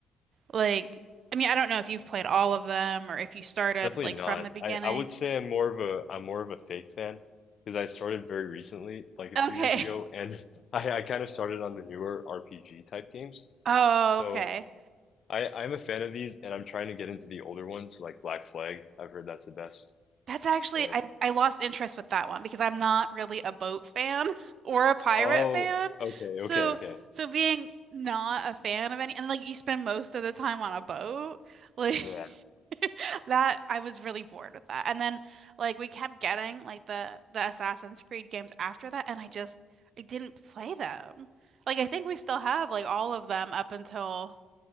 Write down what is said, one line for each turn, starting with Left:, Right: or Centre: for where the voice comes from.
Right: like, I mean, I don't know if you've played all of them or if you started
Left: Definitely
Right: like
Left: not.
Right: from the beginning.
Left: I I would say I'm more of a I'm more of a fake fan because I started very recently, like a
Right: Okay.
Left: few years ago,
Right: <laughs>
Left: and <laughs> I I kind of started on the newer RPG type games.
Right: Oh,
Left: So
Right: okay.
Left: I I'm a fan of these, and I'm trying to get into the older ones like Black Flag. I've heard that's the best.
Right: That's actually
Left: And
Right: I I lost interest with that one because I'm not really a boat fan <laughs> or a pirate
Left: oh,
Right: fan.
Left: okay,
Right: So
Left: okay, okay.
Right: so being not a fan of any and like you spend most of the time on a boat, like
Left: Yeah.
Right: <laughs> that I was really bored with that. And then like we kept getting like the the Assassin's Creed games after that and I just I didn't play them. Like I think we still have like all of them up until